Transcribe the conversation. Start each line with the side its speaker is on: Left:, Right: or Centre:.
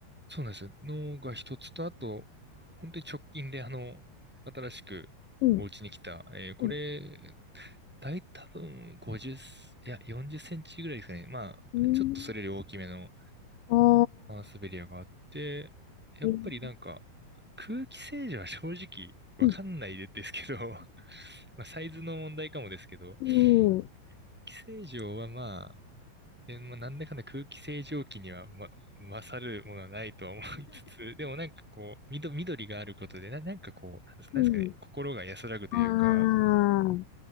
Centre: そうなんです。のが一つと、あと、本当に直近で、あの、新しくお家に来た、
Left: うん、
Centre: えーこれ、
Left: うん
Centre: 大多分50、いや、40センチぐらいですかね。まあ、
Left: うん。
Centre: ちょっとそれより大きめの
Left: お
Centre: マンスベリアがあって、やっぱりなんか、
Left: えー
Centre: 空気清浄は正直わかんないですけど、
Left: うん。
Centre: <laughs> まあ、サイズの問題かもですけど、
Left: うん。
Centre: 空気清浄はまえ、まあ、なんだかんだ空気清浄機には、ま、勝るものはないとは思いつつ、<laughs> でもなんかこう、みど、緑があることで、な、なんかこう、
Left: <laughs>
Centre: なんですなんですかね、
Left: うん。
Centre: 心が安らぐというか、
Left: ああ、